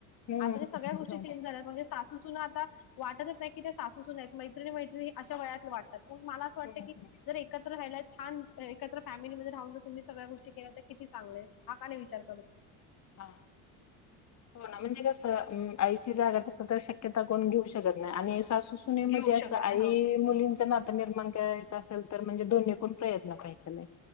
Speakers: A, on the left; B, on the left.
A: हम्म
B: आता
A: हम्म
B: सगळ्या गोष्टी
A: हो.
B: चेंज झाल्या म्हणजे सू आता वाटतच नाही. ते सासूस मैत्रीणी मैत्रीणी अशा वयात वाटतात म मला असं वाटतं
A: हम्म हम्म
B: की जर एकत्र रायलाच. छान एकत्र फॅमिलीमध्ये राहून जर तुम्ही सगळ्या गोष्टी केल्या तर किती चांगले हा का नाही विचार करत.
A: हा. हो ना म्हणजे कसं अ आईची जागा तस काय शक्यता कोण घेऊ शकत नाय आणि सासू सुनेमध्ये
B: घेऊ
A: असं
B: शकत
A: आई
B: नाही हो
A: मुलींच नातं निर्माण काय असलं तर म्हणजे दोन्हीकून प्रयत्न करायच नाय